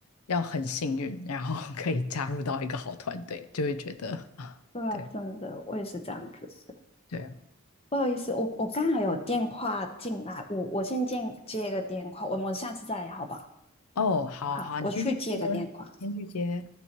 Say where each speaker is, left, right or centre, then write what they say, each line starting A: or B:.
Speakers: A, on the left (about 80°); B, on the left (about 25°).
A: 要很幸运，然后 <laughs> 可以加入到一个好团队，就会觉得啊，
B: 对啊，
A: 对
B: 真的，我也是这样觉得。
A: 对，
B: 不好意思，我我刚才有电话进来，我我先接接一个电话，我们下次再聊好不好？
A: 哦，好好，
B: 好，我去接个电话。
A: 你先去接，先去接。